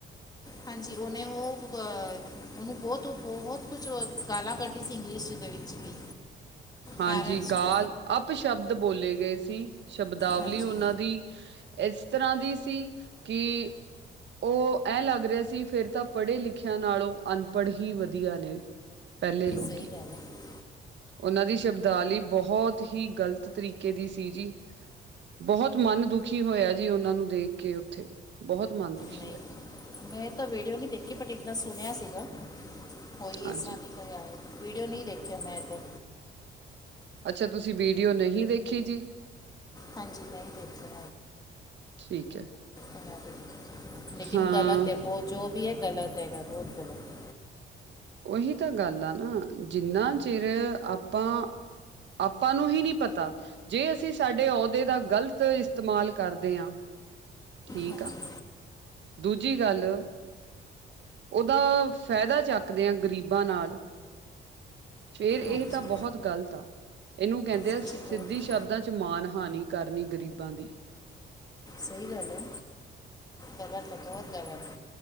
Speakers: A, on the left; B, on the right.
A: ਹਾਂਜੀ ਉਹਹਨੇ ਉਹ ਬੁਕਾ ਏ ਉਹਨੂੰ ਬਹੁਤ ਬਹੁਤ ਕੁਝ ਗਾਲਾਂ ਕੱਢ ਸੀ ਇੰਗਲਿਸ਼ ਦੇ ਵਿੱਚ ਵੀ
B: ਹਾਂਜੀ
A: ਪੈਰੈਂਟਸ
B: ਗਾਲ
A: ਨੂੰ
B: ਅਪ ਸ਼ਬਦ ਬੋਲੇ ਗਏ ਸੀ ਸ਼ਬਦਾਵਲੀ
A: ਹਾਂਜੀ
B: ਉਹਨਾਂ ਦੀ ਇਸ ਤਰ੍ਹਾਂ ਦੀ ਸੀ ਕਿ ਉਹ ਐਂ ਲੱਗ ਰਿਹਾ ਸੀ ਫੇਰ ਤਾਂ ਪੜ੍ਹੇ ਲਿਖਿਆ ਨਾਲੋਂ ਅਨਪੜ੍ਹ ਹੀ ਵਧੀਆ ਨੇ। ਪਹਿਲੇ ਲੋਕੀ
A: ਸਹੀ ਗੱਲ ਹੈ
B: ਉਹਨਾਂ ਦੀ ਸ਼ਬਦਾਵਾਲਲੀ ਬਹੁਤ ਹੀ ਗ਼ਲਤ ਤਰੀਕੇ ਦੀ ਸੀ ਜੀ ਬਹੁਤ ਮਨ ਦੁਖੀ ਹੋਇਆ ਜੀ ਉਹਨਾਂ ਨੂੰ ਦੇਖ ਕੇ ਉੱਥੇ ਬਹੁਤ ਮਨ ਦੁਖੀ
A: ਨਹੀਂ
B: ਹੋਇਆ।
A: ਮੈਂ ਤਾਂ ਵੀਡੀਓ ਨਹੀਂ ਦੇਖੀ ਬਟ ਇੱਦਾ ਸੁਣਿਆ ਸੀਗਾ ਹੋਈ
B: ਹਾਂਜੀ
A: ਇਸ ਤਰਾਂ ਦੀ ਵੀਡੀਓ ਨਹੀਂ ਦੇੇਖਿਆ ਮੈਂੱ ਤਾਂ।
B: ਅੱਛਾ ਤੁਸੀਂ ਵੀਡੀਓ ਨਹੀਂ ਦੇਖੀ ਜੀ।
A: ਹਾਂਜੀ ਮੈਂ ਦੇਖਦੀ।
B: ਠੀਕ ਹੈ।
A: ਉਹਨਾਂ ਦੀ ਲੇਕਿਨ
B: ਹਾਂ
A: ਗ਼ਲਤ ਹੈ ਬਹੁਤ ਜੋ ਵੀ ਹੈ ਗ਼ਲਤ ਹੈਗਾ ਬਹੁਤ ਗ਼ਲਤ ਹੈ।
B: ਉਹੀ ਤਾਂ ਗੱਲ ਆ ਨਾ ਜਿੰਨਾ ਚਿਰ ਆਪਾਂ ਆਪਾਂ ਨੂੰ ਹੀ ਨਹੀਂ ਪਤਾ। ਜੇ ਅਸੀਂ ਸਾਡੇ ਅਹੁਦੇ ਦਾ ਗ਼ਲਤ ਇਸਤੇਮਾਲ ਕਰਦੇ ਹਾਂ ਠੀਕ
A: ਹਾਂਜੀ
B: ਆ ਦੂਜੀ ਗੱਲ ਉਹਦਾ ਫਾਇਦਾ ਚੱਕਦੇ ਹਾਂ ਗ਼ਰੀਬਾਂ ਨਾਲ ਫੇਰ ਇਹ
A: ਹਾਂਜੀ
B: ਤਾਂ ਬਹੁਤ ਗ਼ਲਤ ਆ। ਇਹਨੂੰ ਕਹਿੰਦੇ ਆ
A: ਸੱਚੀ
B: ਸਿੱਧੀ
A: ਬਹੁਤ
B: ਸ਼ਬਦਾਂ ਚ ਮਾਣ ਹਾਨੀ ਕਰਨੀ ਗਰੀਬਾਂ ਦੀ।
A: ਸਹੀ ਗੱਲ ਹੈ ਗਲਤ ਬਹੁਤ ਗਲਤ।